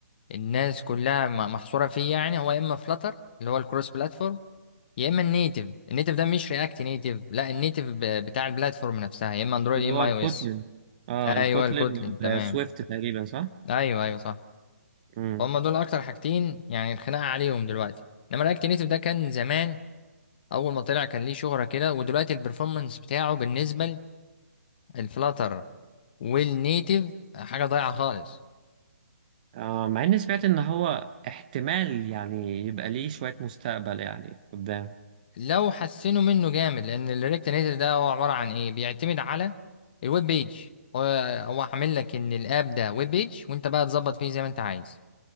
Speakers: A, on the left (about 40°); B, on the right (about 30°).
A: الناس كلها م- محصورة فيه يعني هو يا اما فلاتر اللي هو الكروس بلاتفورم يا اما النيتف النيتف ده مش رياكت نيتف لا النيتف ب- بتاع البلاتفورم نفسها يا اما اندرويد
B: اللي
A: يا
B: هو
A: اما
B: الكوتلن
A: اي او اس
B: اه
A: ايوه
B: الكوتلن
A: الكوتلين تمام
B: والسويفت تقريبا صح؟
A: ايوه ايوه صح
B: امم
A: فهم دول اكتر حاجتين يعني الخناقه عليهم دلوقتي انما رياكت نيتف ده كان زمان اول ما طلع كان ليه شهره كده ودلوقتي البرفورمانس بتاعه بالنسبه للفلاتر والنيتف حاجه ضايعه خالص
B: آه مع اني سمعت ان هو احتمال يعني يبقى ليه شوية مستقبل يعني قدام
A: لو حسنوا منه جامد لان الرياكت نيتف ده هو عباره عن ايه بيعتمد على الويب بيج هو هو عامل لك ان الاب ده ويب بيج وانت بقى تظبط فيه زي ما انت عايز